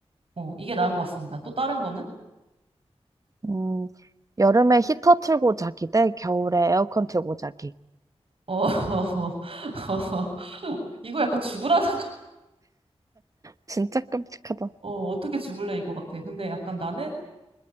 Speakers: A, on the right; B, on the right.
A: 어, 이게 나은 것 같습니다. 또 다른 거는?
B: 음, 여름에 히터 틀고 자기 대 겨울에 에어컨 틀고 자기.
A: 어, <laughs> 이거 약간 죽으라는
B: 진짜 끔찍하다.
A: 어, 어떻게 죽을래 이거 같아. 근데 약간 나는